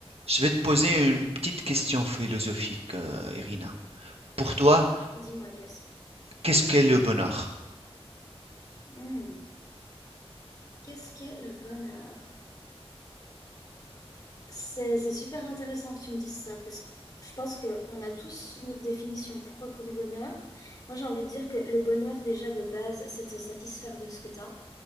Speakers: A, on the right (about 70°); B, on the left (about 35°).
A: Je vais te poser une petite question philosophique, euh, Irina. Pour toi,
B: Dis-moi, Elias,
A: qu'est-ce qu'est le bonheur?
B: Hmm. qu'est-ce qu'est le bonheur? C'est c'est super intéressant que tu me dises ça parce que je pense qu'on a tous notre définition propre du bonheur. Moi, j'ai envie de dire que le bonheur, déjà de base, c'est de se satisfaire de ce que tu as.